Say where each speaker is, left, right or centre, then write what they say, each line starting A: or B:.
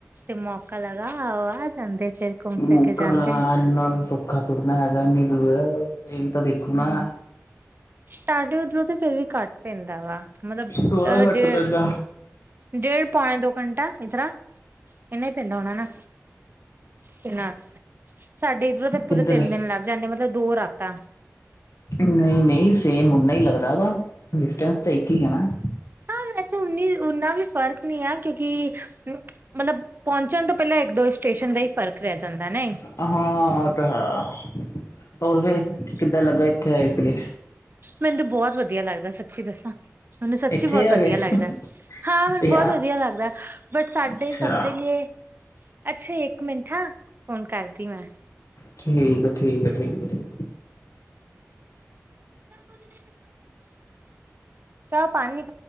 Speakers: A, on the right; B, on the left.
A: ਤੇ ਮੌਕਾ ਲਗਾਓ, ਆ ਜਾਂਦੇ ਫਿਰ। ਘੁੰਮ
B: ਮੌਕਾ
A: ਕੇ ਜਾਂਦੇ
B: ਲਗਾਣਾ ਇਨਾ ਸੌਖਾ ਥੋੜੀ ਨਾ ਹੈਗਾ ਇੰਨੀ ਦੂਰ ਇਹ ਵੀ ਤਾਂ ਦੇਖੋ ਨਾ
A: ਤੁਹਾਡੇ ਉੱਧਰੋਂ ਤੇ ਫਿਰ ਵੀ ਘੱਟ ਪੈਂਦਾ ਵਾ ਮਤਲਬ
B: ਸੁਆਹ ਘੱਟ
A: ਡੇਢ
B: ਪੈਂਦਾ
A: ਡੇਢ ਪੌਣੇ ਦੋ ਘੰਟਾ ਇਸ ਤਰ੍ਹਾਂ ਇਹਨਾ ਹੀ ਪੈਂਦਾ ਹੋਣਾ ਨਾ। ਕਿੰਨਾ ਸਾਡੇ ਇੱਧਰੋਂ ਤਾਂ ਪੂਰੇ
B: ਕਿੱਧਰ
A: ਤਿੰਨ ਦਿਨ ਲੱਗ ਜਾਂਦੇ ਮਤਲਬ ਦੋ ਰਾਤਾਂ
B: ਨਹੀਂ ਨਹੀਂ ਸੇਮ ਓਨਾ ਹੀ ਲੱਗਦਾ ਵਾ ਡਿਸਟੈਂਸ ਤਾਂ ਇੱਕ ਹੀ ਹੈ ਨਾ
A: ਹਾਂ ਵੈਸੇ ਉਨੀ ਉਨਾ ਵੀ ਫ਼ਰਕ ਨਹੀ ਹੈ ਕਿਉਂਕਿ ਮਤਲਬ ਪਹੁੰਚਣ ਤੋਂ ਪਹਿਲਾਂ ਇੱਕ ਦੋ ਸਟੇਸ਼ਨ ਦਾ ਹੀ ਫ਼ਰਕ ਰਹਿ ਜਾਂਦਾ ਨਇ
B: ਹਾਂ ਉਹ ਤਾਂ ਹੈ ਹੋਰ ਫਿਰ
A: ਹਮ
B: ਕਿੱਦਾਂ ਲੱਗਾ ਇੱਥੇ ਆਏ ਸੀਗੇ।
A: ਮੈਨੂੰ ਬਹੁਤ ਵਧੀਆ ਲੱਗਦਾ ਸੱਚੀ ਦੱਸਾਂ ਮੈਨੂੰ ਸੱਚੀ
B: ਇੱਥੇ
A: ਬਹੁਤ
B: ਆ
A: ਵਧੀਆ
B: ਗਏ
A: ਲੱਗਦਾ। ਹਾਂ
B: ਅੱਛਾ
A: ਮੈਨੂੰ
B: ਠੀਕ
A: ਬਹੁਤ ਵਧੀਆ ਲੱਗਦਾ ਹੈ ਬਟ
B: ਆ,
A: ਸਾਡੇ ਸਭ ਦੇ ਲਈ ਅੱਛਾ ਇੱਕ ਮਿੰਟ ਹਾਂ ਫੋਨ ਕਰਦੀ ਮੈਂ
B: ਠੀਕ ਹੈ ਠੀਕ ਹੈ ਠੀਕ ਹੈ ਠੀਕ
A: <unintelligible> ਚਾਹ ਪਾਣੀ